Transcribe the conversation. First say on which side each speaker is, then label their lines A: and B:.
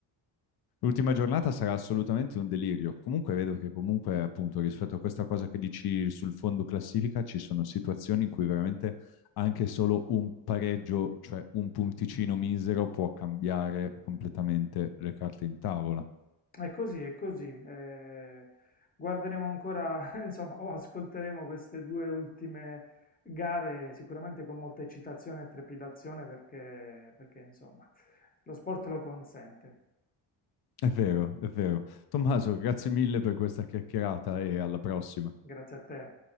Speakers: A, on the left (about 50°); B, on the left (about 15°).
A: L'ultima giornata sarà assolutamente un delirio. Comunque vedo che comunque, appunto, rispetto a questa cosa che dici sul fondo classifica, ci sono situazioni in cui veramente anche solo un pareggio, cioè un punticino misero, può cambiare completamente le carte in tavola.
B: È così, è così. eh, guarderemo ancora, <laughs> insomma, o ascolteremo queste due ultime gare sicuramente con molta eccitazione e trepidazione perché, perché, insomma, lo sport lo consente.
A: È vero, è vero. Tommaso, grazie mille per questa chiacchierata e alla prossima.
B: Grazie a te.